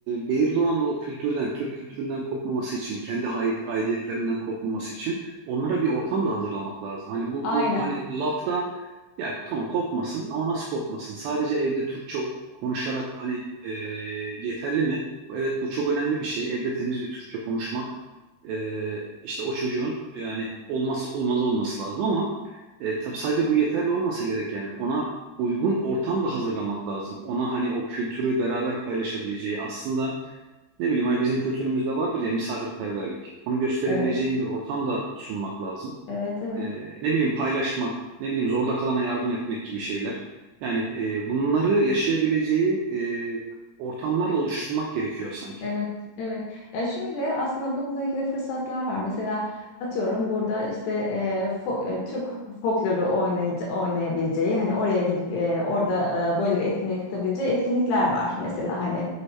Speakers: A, on the right; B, on the left.
A: belirli oranda o kültürden, Türk kültüründen kopmaması için, kendi hay- aidiyetlerinden kopmaması için onlara bir ortam da hazırlamak lazım. Hani bu,
B: Aynen.
A: bu hani lafta ya tamam kopmasın ama nasıl kopmasın? Sadece evde Türkçe konuşarak hani e, yeterli mi? Evet bu çok önemli bir şey. Evde temiz bir Türkçe konuşmak. Ee, işte o çocuğun yani olmazsa olmaz olması lazım ama e, tabii sadece bu yeterli olmasa gerek yani ona uygun ortam da hazırlamak lazım. Ona hani o kültürü beraber paylaşabileceği aslında ne bileyim hani bizim kültürümüzde vardır ya misafirperverlik. Onu gösterebileceğin
B: Evet.
A: bir ortam da sunmak lazım.
B: Evet, evet.
A: Ee, ne bileyim paylaşmak, ne bileyim zorda kalana yardım etmek gibi şeyler. Yani e, bunları yaşayabileceği e, ortamlar da oluşturmak gerekiyor sanki.
B: Evet, evet. Ya şöyle aslında bununla ilgili fırsatlar var. Mesela atıyorum burada işte e, fo- e, Türk folkloru oynayıcı, oynayabileceği hani oraya gidip e, orada e, böyle bir etkinlik katabileceği etkinlikler var. Mesela hani